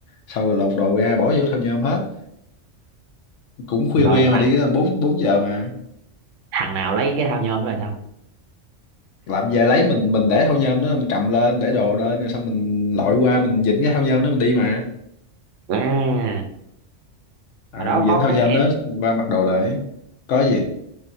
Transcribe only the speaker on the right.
rồi
thằng
thằng nào lấy cái thao nhôm đó rồi sao
à
hồi đó có
cái
em